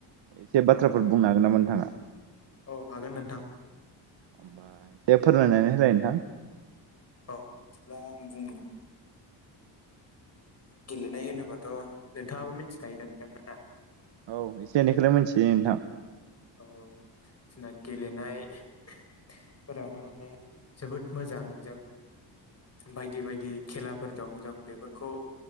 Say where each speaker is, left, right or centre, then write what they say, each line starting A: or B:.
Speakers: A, on the right (about 70°); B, on the left (about 35°).
A: एसे बाथ्राफोर
B: औ
A: बुंनो हागोन नामा नोंथाङा
B: औ हागोन नोंथां
A: होमबा दे फोरमायनानै होलाय नोंथां
B: औ बिदिब्ला आं बुंनि गेलेनाय होनोबाथ' नोंथाङाबो मिथिखायो दा नोंथांआ
A: औ एसे एनैखौलाय मिथियो नोंथां
B: औ औ जोंना गेलेनायफोरानो माने जोबोद मोजां जों बायदि बायदि खेलाफोर दं जों बेफोरखौ